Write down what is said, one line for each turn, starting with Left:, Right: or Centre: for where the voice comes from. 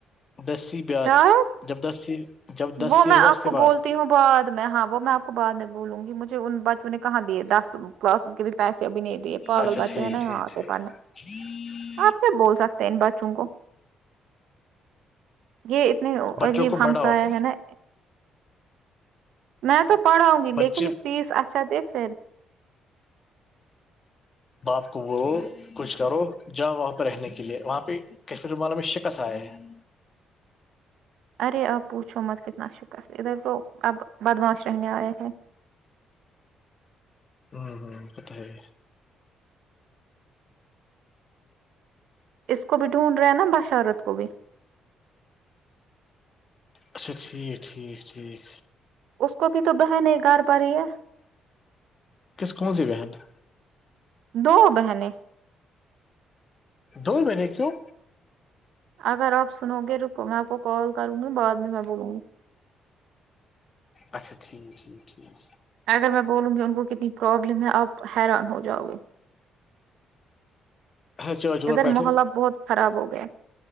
Left: دسی بعد
Right: شاید
Left: جب دس <inaudible> جب دس
Right: وہ
Left: سی
Right: میں
Left: ہوگا
Right: آپ
Left: اس کے
Right: کو
Left: بعد
Right: بولتی ہوں بد میں ہاں وہ میں آپ کو بع میں بولوں گی مجھے ان بچ <unintelligible> نے کہاں دیے دس کلاسز کے بھی پیسے ابھی نہیں دیے پاگل
Left: اچھا
Right: بچے
Left: ٹھیک
Right: ہیں نا یہاںتے
Left: ٹھیک
Right: پڑھنے
Left: <inaudible>
Right: آپ کیا بول سکتے ہیں ان بچوں کو یہ اتنی
Left: بچوں
Right: عجیب
Left: کو
Right: ہمسا
Left: بڑا آف
Right: ہے نا میں تو پڑھاؤں گی
Left: بچے
Right: لیکن فیس اچھا دے پھر
Left: باپ کو وہ کچھ کرو جاؤ وہاں پہ رہنے کے لیے وہاں پہ کیفھر مانا میں شکص آئے ہے <inaudible>
Right: ارے آپ پوچھو مت کتنا شکست ادھر تو اب بدماش رہنے آئے ہیں
Left: ہاں ہاں بتائے
Right: اس کو بھی ڈھونڈ رہے ہیں نا باشرت کو بھی
Left: اچھا ٹھیک ٹھیک ٹھیک
Right: اس کو بھی تو بہن نہیں گاڑ پا رہی ہے
Left: کس کون سی بہن ہے
Right: دو بہنیں
Left: دو بہنیں کیوں
Right: اگر آپ سنو گے تو میں آپ کو کال کروں گا بعد میں میں بولوں گی
Left: اچھا ٹھیک ٹھیک ٹھیک
Right: اگر میں بولوں گی ان کو کتنی پروابلم ہے آپ حیران ہو جاؤ گے
Left: ہاں چلو چلو
Right: اد
Left: بیٹھو
Right: محلہ بہت خراب ہو گیا